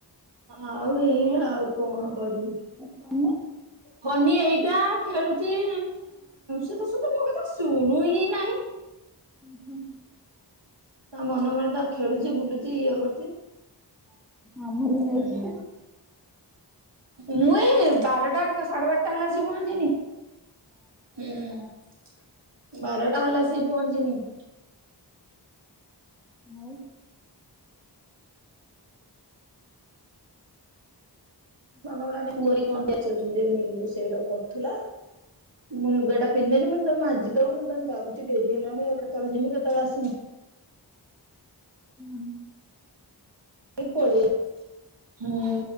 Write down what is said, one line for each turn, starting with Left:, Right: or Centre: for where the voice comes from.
Right: ଆଉ ଏଇଆ ଆଉ କଣ କରିବୁ।
Centre: ଆଉ ତୋମେ
Right: ବନି ଏଇଟା ଖେଳୁଚି ସେ ତ ସତ ମୋ କଥା ଶୁଣୁ ହିଁ ନାହିଁ
Centre: ଉଁ ହୁଁ
Right: ତା ମନେ ମନେ ତାର ଖେଳୁଛି ବୁଲୁଛି ଇଏ କରୁଛି
Centre: ଆମର ବି ଯାଇଛି।
Right: ହୁଁ ମୁଁ ଏଇ ବାରଟା ସାଢେ ବାରଟା ହେଲା ଆସି ପହଞ୍ଚିଲି। ହୁଁ ବାରଟା ହେଲାସିକି ପହଞ୍ଚିଲି।
Centre: ଆଉ
Right: <unintelligible> ରୋଷଇଟାକୁ କରୁଥିଲ ମୁଁ ଲୁଗାଟା ପିନ୍ଧେନି ମୁଁ ତମ ମାଜି ଦବ କେତେବଳେ ଯାଉଛି ଡେରି ହେଲାଣି ଆଉ କେତେବେଳେ ଜିମି କେତେବେଳେ ଆସିମି
Centre: ହୁଁ
Right: ଏ ପଳେଆ ହୁଁ